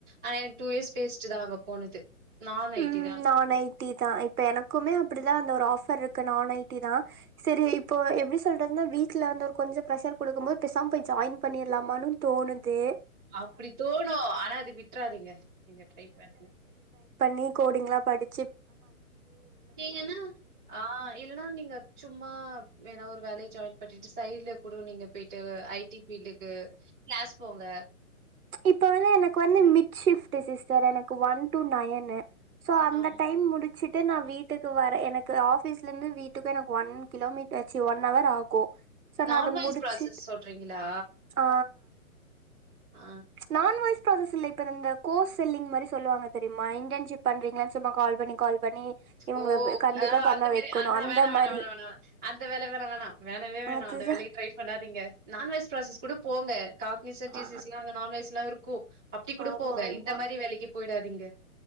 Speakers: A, in the centre; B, on the right.
A: ஆ இன் டூ இயர்ஸ் பேசிட்டுதா அங்க போனது நான் ஐடி
B: உம்
A: தான் அதுவும்.
B: நான் ஐ டி தா இப்ப எனக்குமே அப்டிதா அந்த ஒரு ஆஃபர் இருக்கு நான் ஐ டி தா சரி இப்போ எப்டி சொல்றதுனா வீட்ல வந்து ஒரு கொஞ்சோ ப்ரஷர் குடுக்கும் போது பேசாம போய் ஜாயின் பண்ணிறலாமான்னும் தோணுது
A: அப்டி தோணு ஆனா அது விட்றாதீங்க நீங்க ட்ரை பண்ணுங்க
B: நியூ கோடிங்லா படித்து
A: நீங்கன்னா ஆ இல்லனா நீங்க சும்மா வேணா ஒரு வேலக்கி ஜாயின் பண்ணிட்டு சைட்ல கூட நீங்க போயிட்டு ஐ டி ஃபீல்டுக்கு க்ளாஸ் போங்க
B: இப்ப வந்து எனக்கு வந்து மிட் ஷிஃப்ட்டு சிஸ்டர் எனக்கு ஒன் டு நயனு சோ அந்த
A: ஆ
B: டைம் முடிச்சிட்டு நா வீட்டுக்கு வர எனக் து ஆஃபீஸ்லெந்து வீட்டுக்கு எனக்கு ஒன் கிலோமீட்டர் சீ ஒன் அவர் ஆகு சோ
A: நான்
B: நா அத
A: வாய்ஸ்
B: முடிச்சு
A: ப்ராசஸ் சொல்றீங்களா
B: ஆ
A: ஆ
B: நான் வாய்ஸ் ப்ராசஸ் இல்ல இப்ப இந்த கோர்ஸ் செல்லிங் மாரி சொல்லுவாங்க தெரியுமா இன்டர்ன்ஷிப் பண்றீங்களான்னு சும்மா கால் பண்ணி கால் பண்ணி இவங்கள
A: ஓ
B: வ கண்டிப்பா
A: அ
B: பண்ண
A: அந்த மேரி
B: வைக்கணு
A: ஆன ஹா
B: அந்த
A: வேணா வேணா
B: மாரி
A: வேணா வேணா வேண அந்த வேல வேணா வேணா வேணவே வேணா
B: அதுதா
A: அந்த வேலைக்கு ட்ரை பண்ணாதீங்க நான்வாய்ஸ் ப்ராசஸ் கூட போங்க காக்னிசென்ட் டி
B: ஆ
A: சி எஸ் லா அங்க நான்வெஜ்லா இருக் கூ அப்டி கூட
B: ஆமா
A: போங்க
B: ஆமா
A: இந்த மாரி வேலைக்கு போயிடா எங்க